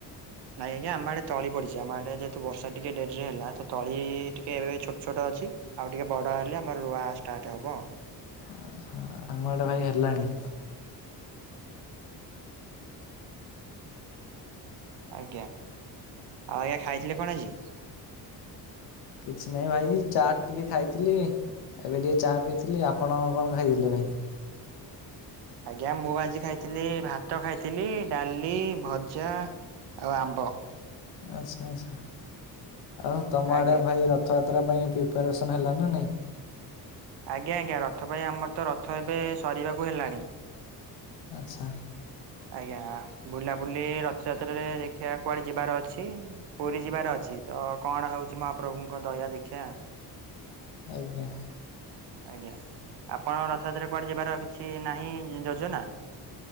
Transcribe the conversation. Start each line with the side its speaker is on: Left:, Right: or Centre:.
Right: ନାଇଁ ଆଜ୍ଞା, ଆମ ଆଡେ ତଳିପଡ଼ିଛି। ଆମଆଡେ ଯେହେତୁ ବର୍ଷା ଟିକେ ଡେରିରେ ହେଲା, ତ ତଳି ଟିକେ ଏବେ ଛୋଟ ଛୋଟ ଅଛି। ଆଉ ଟିକେ ବଡ ହେଲେ ଆମର ରୁଆ ଷ୍ଟାର୍ଟ ହବ।
Left: ଆ ଆମ ଆଡେ ଭାଇ ହେଲାଣି।
Right: ଆଜ୍ଞା। ଆଉ ଆଜ୍ଞା ଖାଇଥିଲେ କଣ ଆଜି?
Left: କିଛି ନାଇଁ ଭାଇ ଚାଟ୍ ଟିକେ ଖାଇଥିଲି। ଏବେ ଟିକେ ଚା ପିଇଥିଲି। ଆପଣ କଣ ଖାଇଥିଲେ ଭାଇ?
Right: ଆଜ୍ଞା, ମୁଁ ଆଜି ଖାଇଥିଲି ଭାତ ଖାଇଥିଲି ଡାଲି ଭଜା ଆଉ ଆମ୍ବ।
Left: ଆଚ୍ଛା ଆଚ୍ଛା। ଆଉ ତମ
Right: ଆଜ୍ଞା
Left: ଆଡ଼େ ଭାଇ ର ଥଯାତ୍ରା ପାଇଁ ପ୍ରିପାରେସନ୍ ହେଲାଣି ନା ନାାଇଁ?
Right: ଆଜ୍ଞା ଆଜ୍ଞା। ରଥ ପାଇଁ ଆମର ତ ରଥ ଏବେ ସରିବାକୁ ହେଲାଣି।
Left: ଆଚ୍ଛା।
Right: ଆଜ୍ଞା। ବୁଲାବୁଲି ରଥଯାତ୍ରାରେ ଦେଖିବା କୁଆଡ଼େ ଯିବାର ଅଛି ପୁରୀ ଯିବାର ଅଛି। ତ କଣ ହେଉଛି ମହାପ୍ରଭୁଙ୍କ ଦୟା ଦେଖିବା।
Left: ଆଜ୍ଞା।
Right: ଆଜ୍ଞା। ଆପଣଙ୍କ ରଥଯାତ୍ରା କୁଆଡ଼େ ଯିବାର କିଛି ନାହିଁ ଯୋଜନା?